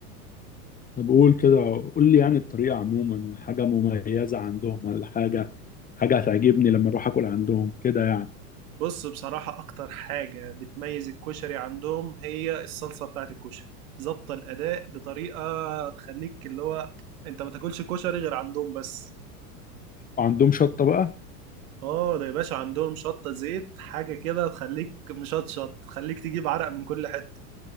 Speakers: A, on the left; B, on the right.
A: أنا بقول كده قول لي يعني الطريقة عموما حاجة مميزة عندهم ولا حاجة حاجة هتعجبني لما أروح أكل عندهم كده يعني
B: بص بصراحة اكتر حاجة بتميز الكشري عندهم هي الصلصة بتاعت الكشري ظابطة الاداء بطريقة تخليك اللي هو انت ما تاكلش كشري غير عندهم بس
A: وعندهم شطة بقى؟
B: اه ده يا باشا عندهم شطة زيت حاجة كده تخليك مشطشط تخليك تجيب عرق من كل حتة